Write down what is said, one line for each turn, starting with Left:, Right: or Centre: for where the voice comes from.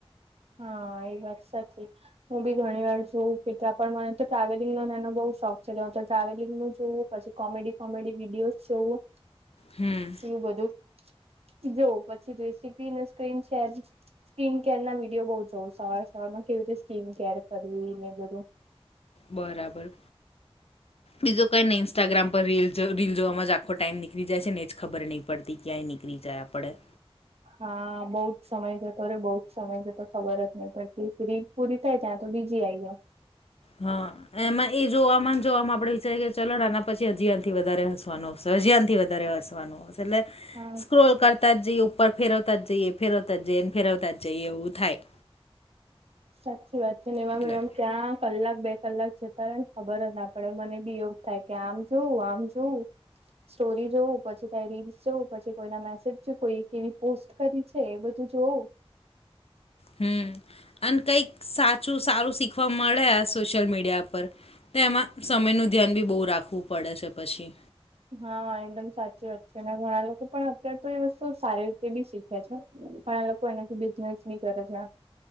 Right: હા એ વાત સાચી. હું બી ઘણી વાર છું કેટલા પણ મને તો ટ્રાવેલિંગ ને એનો બહું શોખ. કસે જાઉં તો ટ્રાવેલિંગ નું જોવું પછી કોમેડી કોમેડી વિડીયોસ જોવું.
Left: હમ
Right: એ બધું. જો પછી રેસીપીને સ્ક્રીન શેર સ્કિન કેરના વિડિ એવું બોવ જોવ સવાર સવારમાં કેવી રીતે સ્કીમ કેર કરવી ને એ બધું.
Left: બરાબર.
Right: <inaudible>
Left: બીજો કઈને ઇન્સ્ટાગ્રામ પર રીલ જો માં આખો ટાઈમ નીળ જાય છે ને જ ખબર નહીં. પડતી ક્યાંય નીકળી જાય આપડે.
Right: હા બહુત સમય જતો અ રે બહુ જ સમય જતો ખબર જ નહી પડતી રી પૂરી થાય જાય તો બીજી આઈ જાય.
Left: હા. એમાં એ જોવામાં જોવામાં આપણે વિચારીએ કે ચલો ને આના પછી અજી એનાથી વધારે હસવાનો આવશે હજી આનથી વધારે હસવાનું. છેલે.
Right: હા.
Left: રોલ કરતા જઈએ ઉપર ફેરતા જઈએ એ ફેરવતા જઈએ અને ફેરતા જઈએ એવું થાય.
Right: સાચી વાત છે ને એવામ
Left: એટલે
Right: એવામ ક્યાં કલાક બે કલાક જતા રહે ને ખબર જ ના પડે મને બી એવું થાય કે આમ જોઉ આમ જોઉું. સ્ટોરી જોવ પછી કાંઈ રીલ્સ જોઉ પછી કોઈના મેસેજ કોઈ એક એવી પોસ્ટ. કરી છે બધું જોવું.
Left: હમ્મ અને કઈક સાચું સારું શીખવા મળે આ સોશિયલ મીડિયા પર. તે એમાં સમયનું ધ્યાન બી બહુ રાખવું પડે છે પછી.
Right: હા એકદમ સાચી વાત છે અને ઘણા લોકો પણ અત્યારે તો એ વસ્તુ સારી રીતે બી શીખે છે. પણ આ લોકો એનાથી બિઝનેસ બી કરે છે.